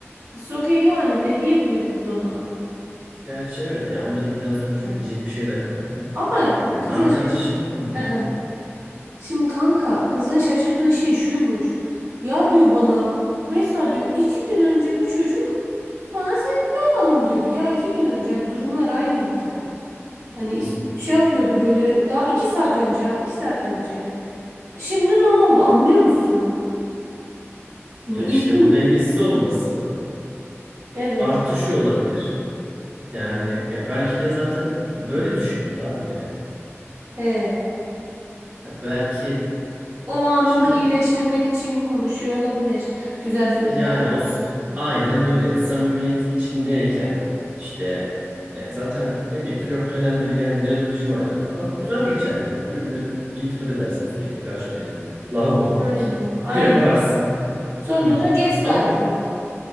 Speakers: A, on the right; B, on the right.
A: It's okay yani ne diyebilir kız ona?
B: gerçi evet yani onu dedikten sonra çok
A: Evet.
B: diyecek bir şey de kalmıyor.
A: Ama
B: Yani
A: kızın
B: arkadaşın
A: şaşır...
B: hı,
A: Hı hı. Şimdi kanka kızın şaşırdığı şey şuymuş. Ya diyor bana mesela diyor iki gün önce bu çocuk bana sevgili olalım diyordu. Ya iki gün önce hani durumlar aynıyken. Hani
B: hı,
A: is-
B: hı.
A: şey yapıyordu böyle daha iki saat önce ha, iki saat önce. Şimdi ne oldu anlıyor musun? Hani
B: Ya
A: ilginç.
B: işte bu dengesiz olması
A: Evet.
B: artışı olabilir. Yani ya belki de zaten böyle düşünüyordu abi yani.
A: He.
B: Ha belki
A: O anını
B: şimdi
A: iyileştirmek için konuşuyor olabilir. Güzel sözler
B: Yani o s-
A: için.
B: aynen öyle. Samimiyet içindeyken işte e, zaten ne bileyim flört dönemleri geldi, cadı bicim ayları falan. Güzel geçer yani. Birbirine iltifat edersin sürekli karşındakine. Love bombing
A: Aynen.
B: <laughs>
A: Aynen.
B: yaparsın.
A: Sonra
B: Hı.
A: da gaslighting.
B: Ama o,